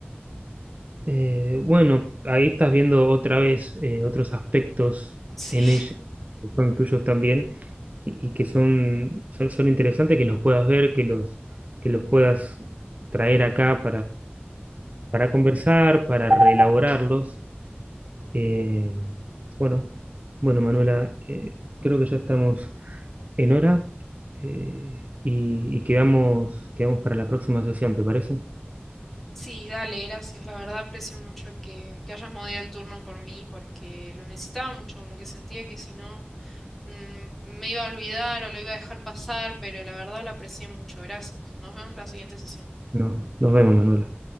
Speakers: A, on the right; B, in the centre.
A: Eh, bueno, ahí estás viendo otra vez eh, otros aspectos
B: Sí,
A: en
B: <laughs>
A: ella que son tuyos también y, y que son, son, son interesantes que los puedas ver, que los, que los puedas traer acá para conversar, para reelaborarlos. Eh, bueno, bueno, Manuela, eh, creo que ya estamos en hora eh, y, y quedamos, quedamos para la próxima sesión, ¿te parece?
B: sí, dale, gracias. La verdad aprecio mucho que, que hayas movido el turno por mí porque lo necesitaba mucho, como que sentía que si no mm, me iba a olvidar o lo iba a dejar pasar, pero la verdad lo aprecié mucho. Gracias. Nos vemos la siguiente sesión.
A: No, nos vemos, Manuela.